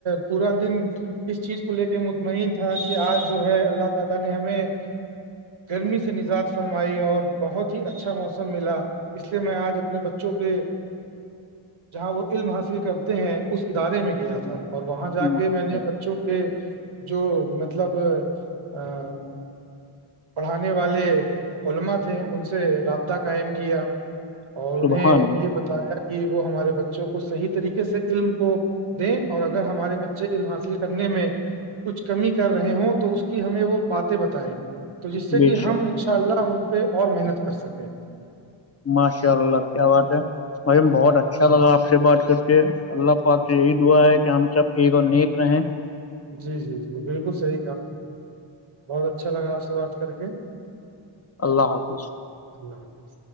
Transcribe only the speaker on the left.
ماشاء-
سبحان اللہ
بے
شک
ماشاء اللہ کیا بات ہے مھ بہت اچھا لگا آپ سے بات کر کے اللہ پاک سے
یہی دعا ہے کہ ہم سب ایک اور نیک رہے
اللہ حافظ